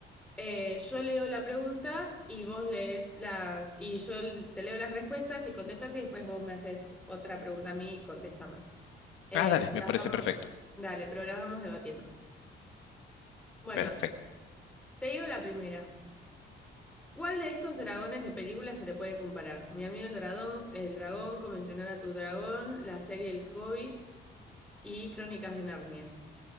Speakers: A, in the centre; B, on the left.
A: Eh, yo leo la pregunta y vos lees las, y yo l- te leo las respuestas y contestas y después vos me haces otra pregunta a mí y contestamos. Eh,
B: Ah, dale,
A: pero
B: me parece
A: las vamos,
B: perfecto.
A: dale, pero las vamos debatiendo. Bueno,
B: Perfecto.
A: te digo la primera. ¿Cuál de estos dragones de película se te puede comparar? Mi amigo el dragón, el dragón, cómo entrenar a tu dragón, la serie El Hobbit y Crónicas de Narnia.